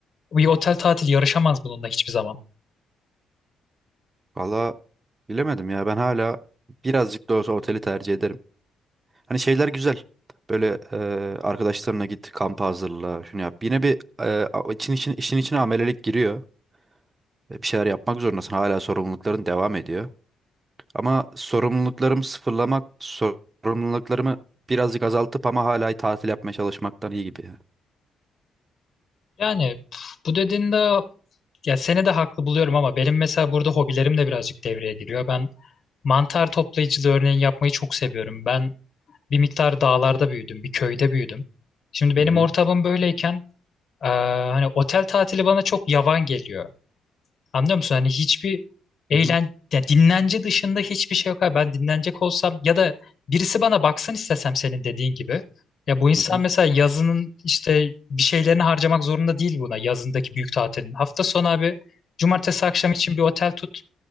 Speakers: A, on the left; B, on the right.
A: bir otel tatili yarışamaz bununla hiçbir zaman.
B: Valla bilemedim ya ben hala birazcık da olsa oteli tercih ederim. Hani şeyler güzel. Böyle e, arkadaşlarına git, kampa hazırla, şunu yap. Yine bir e, a- için, için, işin içine amelelik giriyor. E, Bir şeyler yapmak zorundasın. Hala sorumlulukların devam ediyor. Ama sorumluluklarımı sıfırlamak, sorumluluklarımı birazcık azaltıp ama hala tatil yapmaya çalışmaktan iyi gibi. ya.
A: Yani pf, bu dediğinde ya seni de haklı buluyorum ama benim mesela burada hobilerim de birazcık devreye giriyor. Ben mantar toplayıcılığı örneğin yapmayı çok seviyorum. Ben bir miktar dağlarda büyüdüm, bir köyde büyüdüm. Şimdi benim
B: Hı hı.
A: ortamım böyleyken eee, hani otel tatili bana çok yavan geliyor. Anlıyor musun? Hani hiçbir eğlen
B: Hı hı.
A: yani dinlence dışında hiçbir şey yok. abi. Ben dinlenecek olsam ya da birisi bana baksın istesem senin dediğin gibi. Ya bu insan
B: Hı hı.
A: mesela yazının işte bir şeylerini harcamak zorunda değil buna yazındaki büyük tatilin. Hafta sonu abi cumartesi akşam için bir otel tut.